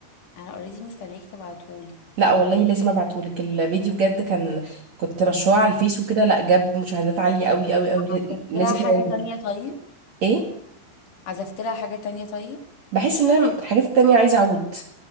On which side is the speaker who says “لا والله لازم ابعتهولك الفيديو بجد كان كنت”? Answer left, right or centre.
Right